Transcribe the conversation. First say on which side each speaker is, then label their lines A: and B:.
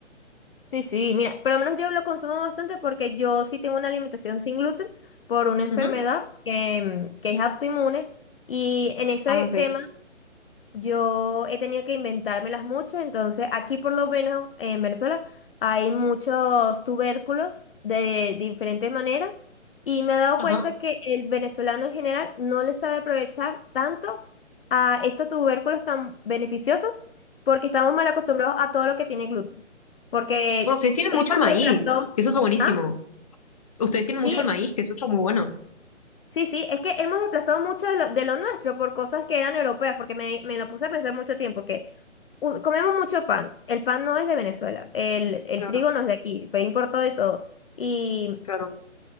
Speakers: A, on the left; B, on the left.
A: Sí, sí, mira, por lo menos yo lo consumo bastante porque yo sí tengo una alimentación sin gluten por una enfermedad
B: Ujú.
A: que, que es autoinmune y en ese
B: Ah, ok.
A: tema yo he tenido que inventármelas mucho, entonces aquí por lo menos en Venezuela hay muchos tubérculos de diferentes maneras y me he dado
B: Ajá.
A: cuenta que el venezolano en general no le sabe aprovechar tanto a estos tubérculos tan beneficiosos porque estamos mal acostumbrados a todo lo que tiene gluten. Porque
B: Bueno, ustedes tienen
A: hemos
B: mucho el maíz,
A: reemplazado...
B: que eso está buenísimo.
A: ¿Ah?
B: Ustedes tienen
A: Sí,
B: mucho el maíz, que eso está muy bueno.
A: Sí, sí, es que hemos desplazado mucho de lo, de lo nuestro por cosas que eran europeas, porque me, me lo puse a pensar mucho tiempo, que u- comemos mucho pan, el pan no es de Venezuela, el, el
B: Claro,
A: trigo no es de aquí, fue importado y todo. Y
B: claro.